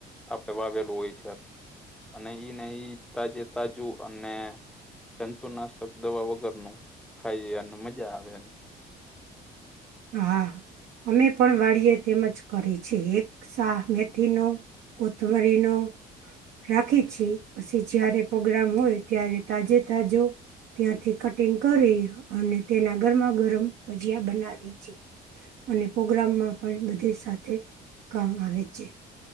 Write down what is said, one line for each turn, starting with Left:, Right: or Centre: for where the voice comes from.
Centre: આપડે વાવેલું હોય છે અને ઈ ન ઈ તાજે તાજું અને જંતુનાશક દવા વગરનું ખાઈ અને મજા આવે <inaudible>
Right: હા અમે પણ વાળીયે તેમજ કરીએ છેીએ એક સાહ મેથીનોો કોથબરીનો રાખી છેી પછી જય્યારે પ્રગ્રામ હોય ત્યારે તાજે તાજો ત્યાંથી કટિંગ કરી અને તેના ગરમા ગરમ ભજીયા બનાવી <inaudible> અને પ્રગ્રામમાં પણ બધે સાથે કામ આવે છે